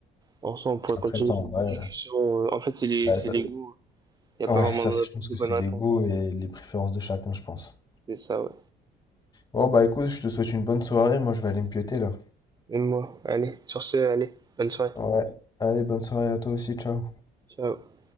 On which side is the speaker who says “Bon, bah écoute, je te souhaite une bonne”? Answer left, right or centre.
Left